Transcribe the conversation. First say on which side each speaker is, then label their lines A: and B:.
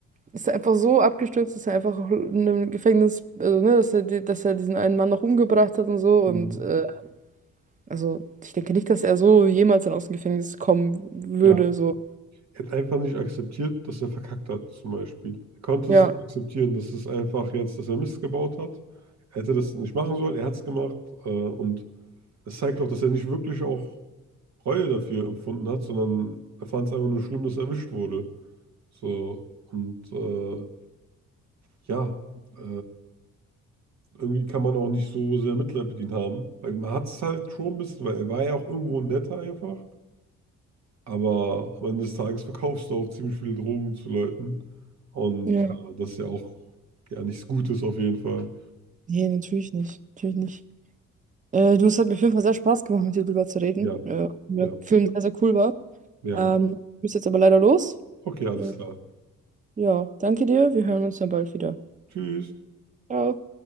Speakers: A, on the right; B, on the right.
A: ist er einfach so abgestürzt, dass er einfach in einem Gefängnis, also, ne, dass er, die- dass er diesen einen Mann noch umgebracht hat und so. Und
B: Mhm.
A: äh, also ich denke nicht, dass er so jemals dann aus dem Gefängnis kommen würde.
B: Ja,
A: So,
B: er hat einfach nicht akzeptiert, dass er verkackt hat, zum Beispiel. Er konnte
A: ja.
B: es nicht akzeptieren, dass es einfach jetzt, dass er Mist gebaut hat. Er hätte das nicht machen sollen, er hat es gemacht. Äh, und es zeigt auch, dass er nicht wirklich auch Reue dafür empfunden hat, sondern er fand es einfach nur schlimm, dass er erwischt wurde. So, und äh, ja, äh, irgendwie kann man auch nicht so sehr Mitleid mit ihm haben. Weil man hat es halt schon ein bisschen, weil er war ja auch irgendwo netter einfach. Aber am Ende des Tages verkaufst du auch ziemlich viele Drogen zu Leuten. Und
A: Ja.
B: äh, das ist ja auch ja nichts Gutes auf jeden Fall.
A: Nee, natürlich nicht. Natürlich nicht. Äh, du, es hat mir auf jeden Fall sehr Spaß gemacht, mit dir drüber zu reden.
B: Ja,
A: Äh, der
B: ja,
A: Film sehr, sehr cool war.
B: ja.
A: Ähm, ich muss jetzt aber leider los.
B: Okay, alles
A: Äh,
B: klar.
A: ja, danke dir. Wir hören uns dann bald wieder.
B: Tschüss.
A: Ciao.